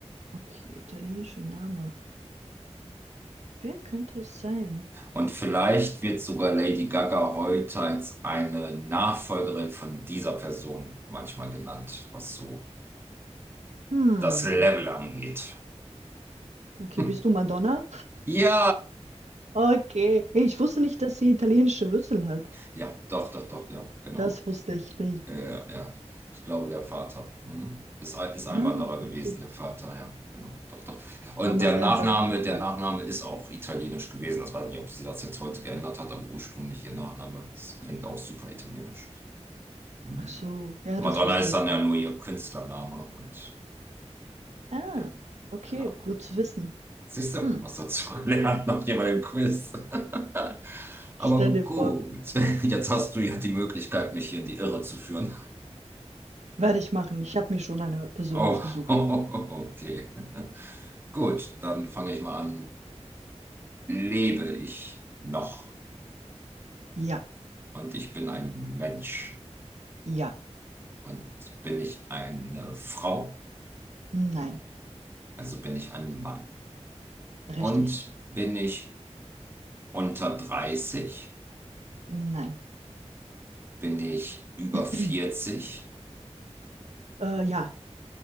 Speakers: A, on the right; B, on the right.
A: Okay, italienischer Name. Wer könnte es sein?
B: Und vielleicht wird sogar Lady Gaga heute als eine Nachfolgerin von dieser Person manchmal genannt, was so
A: Hm.
B: das Level angeht.
A: Okay,
B: <laughs>
A: bist du Madonna?
B: Ja,
A: Okay. Hey, ich wusste nicht, dass sie italienische Wurzeln hat.
B: ja, doch, doch, doch, ja, genau.
A: Das wusste ich nicht.
B: Ja, ja. Ich glaube, der Vater. Mhm. Ist, Ei- ist Einwanderer
A: Ah,
B: gewesen,
A: okay.
B: der Vater, ja, genau. Doch, doch. Und
A: Ja, man
B: der
A: lernt
B: Nachname,
A: Sachen am
B: der
A: Tag.
B: Nachname ist auch italienisch gewesen. Das weiß ich nicht, ob sie das jetzt heute geändert hat, aber ursprünglich ihr Nachname. Das klingt auch super italienisch. Mhm.
A: Ach so, ja,
B: Madonna
A: das wusste
B: ist
A: ich
B: dann ja
A: nicht.
B: nur ihr Künstlername und
A: Ah,
B: ja,
A: okay,
B: genau. Name.
A: gut zu wissen.
B: Siehst du,
A: Hm.
B: was dazu gelernt nach jeweiligen Quiz. <laughs> Aber
A: Stell dir
B: gut,
A: vor.
B: jetzt hast du ja die Möglichkeit, mich hier in die Irre zu führen.
A: Werde ich machen. Ich habe mir schon eine Person
B: Oh,
A: ausgesucht.
B: <laughs> okay. Gut, dann fange ich mal an. Lebe ich noch?
A: Ja,
B: Und ich bin ein Mensch.
A: ja,
B: Und bin ich eine Frau?
A: nein,
B: Also bin ich ein Mann.
A: richtig,
B: Und bin ich unter 30?
A: nein.
B: Bin ich über
A: <clears throat>
B: 40?
A: Äh, ja,